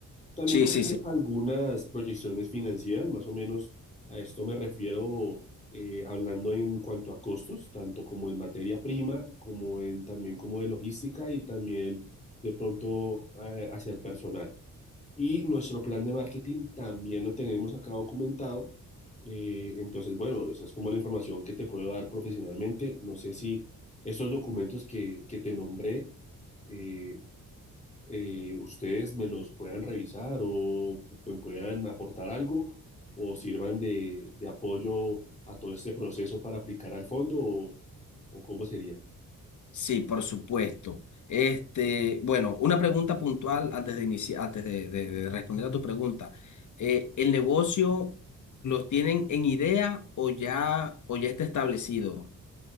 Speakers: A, on the left; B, on the left.
A: también
B: Sí,
A: tenemos
B: sí, sí.
A: algunas proyecciones financieras, más o menos a esto me refiero eh, hablando en cuanto a costos, tanto como en materia prima, como en también como de logística y también de pronto eh, hacia el personal. Y nuestro plan de marketing también lo tenemos acá documentado. eh, entonces, bueno, esa es como la información que te puedo dar profesionalmente. No sé si estos documentos que, que te nombré eh, eh, ustedes me los puedan revisar o me puedan aportar algo o sirvan de, de apoyo a todo este proceso para aplicar al fondo o, o cómo sería.
B: Sí, por supuesto. Este, bueno, una pregunta puntual antes de inici- antes de, de- de responder a tu pregunta. Eh, ¿el negocio los tienen en idea o ya, o ya está establecido?